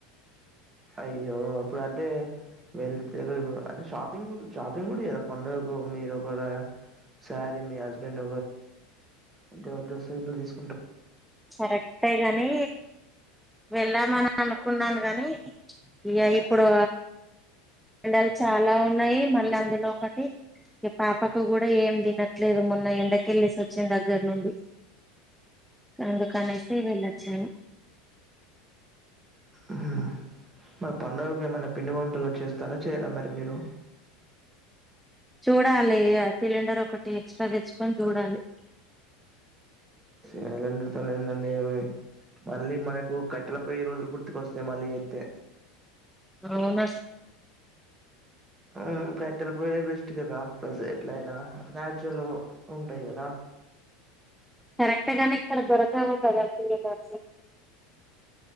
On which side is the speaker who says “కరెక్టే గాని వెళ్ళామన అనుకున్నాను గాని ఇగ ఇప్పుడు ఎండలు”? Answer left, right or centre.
Centre